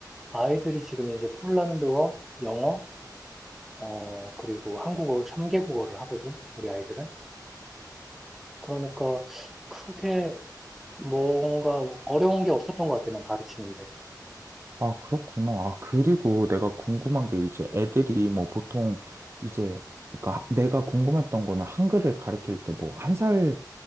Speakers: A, in the centre; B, on the right.
A: 아이들이 지금 이제 폴란드어, 영어, 어, 그리고 한국어 3개국어를 하거든, 우리 아이들은. 그러니까 크게 뭔가 어려운 게 없었던 것 같아, 난 가르치는데.
B: 아, 그렇구나. 아, 그리고 내가 궁금한 게 이제
A: 음.
B: 애들이 뭐 보통 이제 그러니까 하- 내가 궁금했던 거는 한글을 가르칠 때 뭐 한살